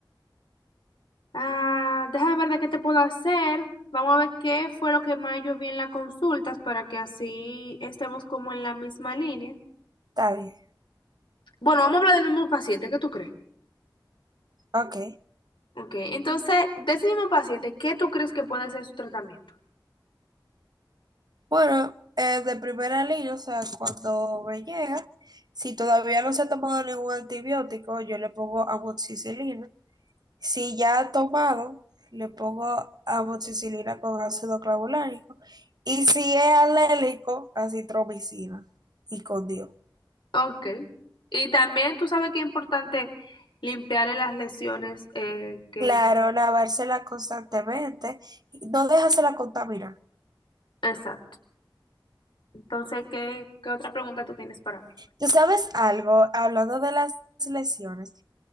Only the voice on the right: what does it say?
está bien,
ok.
Bueno, eh, de primera línea, o sea, cuando me llega, si todavía no se ha tomado ningún antibiótico, yo le pongo amoxicilina. Si ya ha tomado, le pongo amoxicilina con ácido clavulánico. Y si es alérgico, acitromicina y con Dios.
Claro, lavársela constantemente, y no dejársela contaminar.
¿Tú sabes algo? Hablando de las lesiones,